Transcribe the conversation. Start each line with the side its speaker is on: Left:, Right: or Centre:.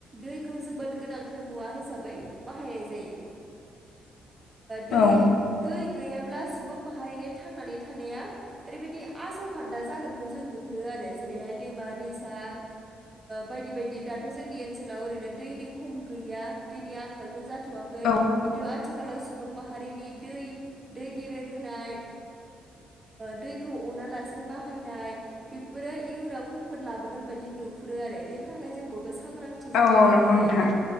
Right: दैखौ जोबोद गोनांथार मुवा हिसाबै बाहायनाय जायो
Left: <inaudible>
Right: दै
Left: औ
Right: दै गैयाब्ला सुबुं माहारिनि थांनानै थानाया ओरैबायदि आस'खान्दा जागोनखौ जों नुहुरो आरो जेरैहाय दैमा दैसा बायदि बायदि दाथ' जोंनि ओनसोलाव ओरैनो दैनि खम गैया दैनि आंखालथ' जाथे थ'वाखै
Left: औ
Right: खिन्थु आथिखालाव सुबुं माहारिनि दै दै गेब्रे होनाय दैखौ अना लासे बाहायनाय बेफोरो इयुनाव खैफोद लाबोगोन बायदि नुहुरो आरो बेनि थाखाय जों बयबो सांग्रांथि थिग
Left: औ
Right: जालायनो
Left: औ नंगौ
Right: हायो
Left: नोंथां